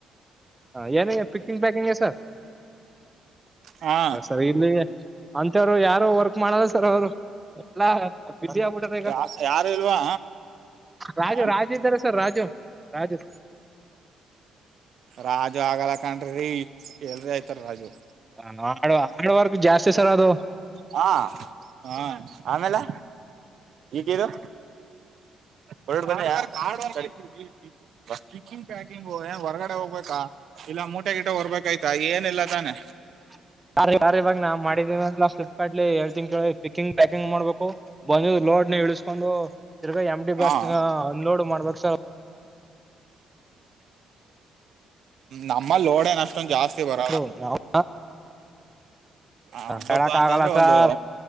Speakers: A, on the right; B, on the right.
A: ಹ ಏನಯತ್ ಪಿಕ್ಕಿಂಗ್ ಪ್ಯಾಕಿಂಗ್ ಸರ್
B: ಹಾ
A: ಬರ್ ಸರ ಇಲ್ಲಿವೆ ಅಂತವ್ರು ಯಾರು ವರ್ಕ್ ಮಾಡಲ್ಲ ಸರ್ ಅವ್ರು ಎಲ್ಲಾ ಬಿಝಿ ಆಬುಟದೀಗ
B: ಯಾ- ಯಾರು ಇಲ್ವಾ
A: ರಾಜು
B: ಹಾ?
A: ರಾಜು ಇದ್ದಾರೆ ಸರ್ ರಾಜು ರಾಜು
B: ರಾಜು ಆಗಲಕನ್ನ್ರಿ ರೀ ಎಲ್ರಿ ಆಯ್ತಾರ್ ರಾಜು
A: ಹ ಆ ಆಡವರ್ಕು ಜಾಸ್ತಿ ಸರ್ ಅದು
B: ಹಾ ಹ ಆಮೇಲೆ ಈಕಿದು ಹೊಡ್ ಬಂದ್ವ ಹಾರ್ಡ್ ವರ್ಕು <unintelligible> ಚಿಕ್ಕಿಂಗ್ ಪ್ಯಾಕಿಂಗ್ ಹೋಗಯ್ಯ ಹೊರ್ಗಡೆ ಹೋಗ್ಬೇಕಾ ಇಲ್ಲ ಮೂಟೆ ಗಿಟ ಹೊರ್ಬೇಕಾಯ್ತಾ ಏನೀಲ್ಲ ತಾನೆ
A: <inaudible> ಅ ಇವಾಗ ನಾನ್ ಮಾಡಿದೇನ ಫ್ಲಿಪ್ಕಾರ್ಟ್ ಹೇಳ್ ತಿಿ ಕೇಳಿ ಪಿಕ್ಕಿಂಗ್ ಪ್ಯಾಕಿಂಗ್ ಮಾಡ್ಬೇಕು ಬಂದು ಲೋಡ್ನು ಇಳಿಸ್ಕೊಂಡು ತಿರ್ಗಾ ಎಮ್ಟಿ ಬಾಕ್ಸ್
B: ಹಾ
A: ನ ಅನ್ಲೋಡ್ ಮಾಡ್ಬೇಕ್ ಸ
B: ನಮ್ಮಲ್ಲಿ ಲೋಡ ಏನ್ ಅಷ್ಟೊಂದು ಜಾಸ್ತಿ ಬರಲ್ಲ
A: <unintelligible> <inaudible>
B: ಹಬ್ಬಬ್ಬ
A: ಹೇಳಕ್
B: ಅಂತಂದ್ರೆ
A: ಆಗಲ್ಲ ಸಾರ್
B: ಒಂದು